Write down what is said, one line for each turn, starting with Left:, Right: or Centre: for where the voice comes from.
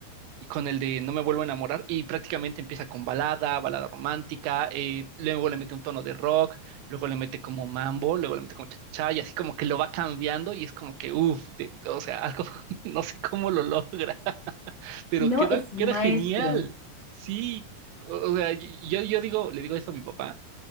Right: y con el de No me vuelvo a enamorar, y prácticamente empieza con balada, balada romántica, eh, luego le mete un tono de rock, luego le mete como mambo, luego le mete como cha y así como que lo va cambiando y es como que, uff, o sea, algo, <laughs> no sé cómo lo logra, <laughs> pero
Left: No,
Right: queda,
Left: es un
Right: queda
Left: maestro.
Right: genial. Sí, o, o sea, yo, yo digo, le digo eso a mi papá